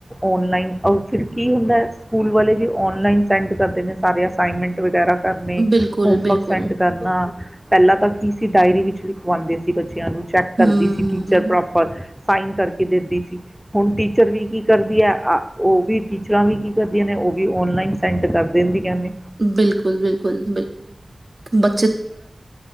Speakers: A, in the centre; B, on the right.
A: ਆਨਲਾਈਨ ਔਰ ਫਿਰ ਕੀ ਹੁੰਦਾ ਸਕੂਲ ਵਾਲੇ ਵੀ ਔਨਲਾਈਨ ਸੈਂਡ ਕਰਦੇ ਨੇ ਸਾਰੇ ਅਸਾਈਨਮੈਂਟ ਵਗੈਰਾ ਕਰਨੇ
B: ਬਿਲਕੁਲ
A: ਹੋਮਵਰਕ
B: ਬਿਲਕੁਲ
A: ਸੈਂਡਕਰਨਾ ਪਹਿਲਾਂ ਤਾਂ ਕੀ ਸੀ ਡਾਇਰੀ ਵਿੱਚ ਵੀ ਪਵਾਉਂਦੇ ਸੀ ਬੱਚੇ ਬੱਚਿਆਂ ਨੂੰ ਚੈੱਕ ਕਰਦੀ
B: ਹਮ
A: ਸੀ ਟੀਚਰ ਪ੍ਰੋਪਰ ਸਾਈਨ ਕਰਕੇ ਦਦੀ ਸੀ ਹੁਣ ਟੀਚਰ ਵੀ ਕੀ ਕਰਦੀ ਹੈ ਉਹ ਵੀ ਟੀਚਰਾਂ ਵੀ ਕੀ ਕਰਦੀਆਂ ਨੇ ਉਹ ਵੀ ਔਨਲਾਈਨ ਸੈਂਟ ਕਰ ਦਿੰਦੀਆਂ ਨੇ
B: ਬਿਲਕੁਲ ਬਿਲਕੁਲ ਬਿਲਕੁਲ ਬ